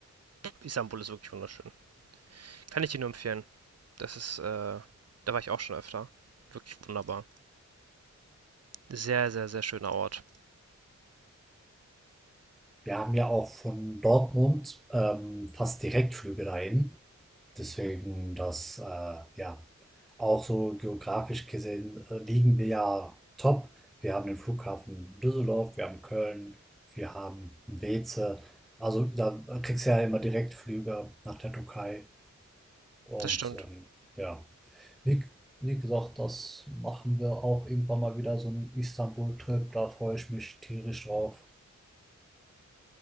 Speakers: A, on the right (about 55°); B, in the centre.
A: Istanbul ist wirklich wunderschön. Kann ich dir nur empfehlen. Das ist, äh, da war ich auch schon öfter. Wirklich wunderbar. Sehr, sehr, sehr schöner Ort.
B: Wir haben ja auch von Dortmund, ähm, fast Direktflüge dahin. Deswegen, das, äh, ja, auch so geografisch gesehen äh, liegen wir ja top. Wir haben den Flughafen Düsseldorf, wir haben Köln, wir haben Weeze. Also da kriegst du ja immer Direktflüge nach der Türkei. Und
A: Das stimmt.
B: ähm, ja, wie, wie gesagt, das machen wir auch irgendwann mal wieder so einen Istanbul-Trip. Da freue ich mich tierisch drauf.